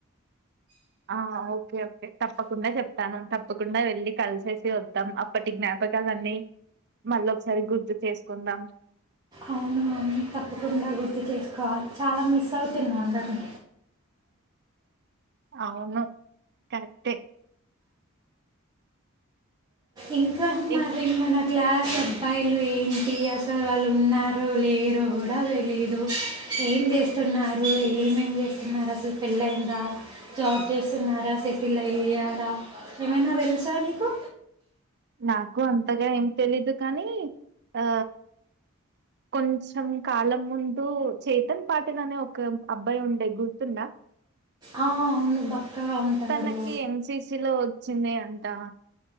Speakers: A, on the right; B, on the right.
A: ఆ ఓకే ఓకే తప్పకుండా జెప్తాను తప్పకుండా వెళ్ళి కలిసేసి వద్దాం అప్పటి జ్ఞాపకాాలన్నీ మళ్ళీ ఒకసారి గుర్తు చేసుకుందాం
B: అవును అవును, తప్పకుండా గుర్తు చేస్ కాల్ చాలా మిస్ అవుతుంది అందరినీ
A: అవును కరెక్ట్
B: ఇంకా మరి
A: ఇం-
B: మన క్లాస్ అబ్బాయిలు ఇంటి అసలు వాళ్ళు ఉన్నారు లేరు కూడాద లేదు ఏం జెస్తున్నారు ఏమేం చే న్నార అసలు పెల్లయింద జాబ్ జేస్తున్నారా సెటిల్ అయ్యారా ఏమైనా తెలుసా నీకు
A: నాకు అంతగా ఏం తెలిదు కానీ ఆ కొంచెం కాలం ముందు చేతన్ పాటలు అనే ఒక అబ్బాయి ఉండే గుర్తుండ
B: "ఆ, అవును బక్కగా ఉంటాడు
A: తనకి ఎన్సిసి లో వచ్చింది అంటడి ఆ